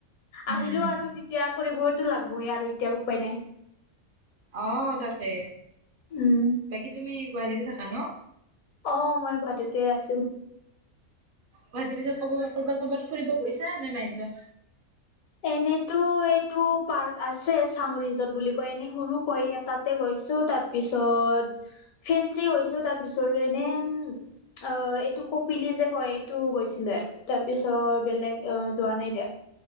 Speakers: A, on the left; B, on the right.
A: আহিলো
B: উম
A: আৰু যেতিয়া কৰিবইতো লাগবই আৰু এতিয়া উপায় নাই।
B: অ', তাকে
A: উম
B: বাকী তুমি গুৱাহাটীতে থাকা ন?
A: অ', মই গুৱাহাটীতে আছো।
B: গুৱাহাটী পিছে কব ক'ৰবাত ক'ৰবাত ফুৰিব গৈছা নে নাই যোৱা?
A: এনেতো এইটো পাৰ্ক আছে, চাংৰিজট বুলি কয় এনে সৰু কৈ তাতে গৈ ছো তাৰ পিছত। ফেঞ্চি হৈছো তাৰ পিছৰে এনেই অ' এইটো কপিলি যে কয়, এইটো গৈছিলে। তাৰ পিছত বেলেগ অ' যোৱা নাই দে।